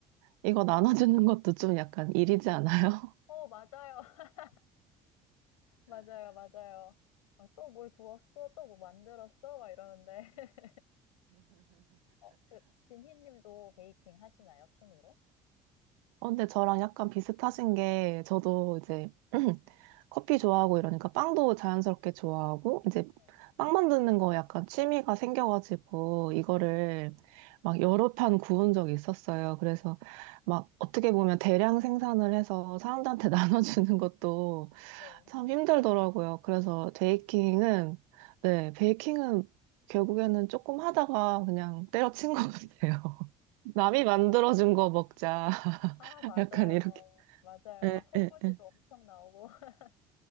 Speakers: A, on the right; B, on the left.
A: 이거 나눠주는 것도 좀 약간 일이지 않아요?
B: 어, 맞아요. <laughs> 맞아요. 맞아요. 아, 또뭘 구웠어? 또 뭐 만들었어? 막 이러는데. <laughs> 어, 그, 진희님도 베이킹 하시나요? 취미로?
A: 어, 근데 저랑 약간 비슷하신 게 저도
B: 음.
A: 이제 <clears throat> 커피 좋아하고 이러니까 빵도 자연스럽게 좋아하고 이제
B: 네.
A: 빵 만드는 거 약간 취미가 생겨가지고 이거를 막 여러 판 구운 적이 있었어요. 그래서 막 어떻게 보면 대량 생산을 해서 사람들한테 <laughs> 나눠주는 것도
B: 네.
A: 참 힘들더라고요. 그래서 베이킹은 네, 베이킹은 결국에는 조금 하다가 그냥 때려친 것 같아요. <laughs> 남이 만들어준 거 먹자.
B: 아, 맞아요.
A: 약간 이렇게.
B: 맞아요.
A: 예,
B: <laughs> 설거지도
A: 예, 예.
B: 엄청 나오고. <laughs>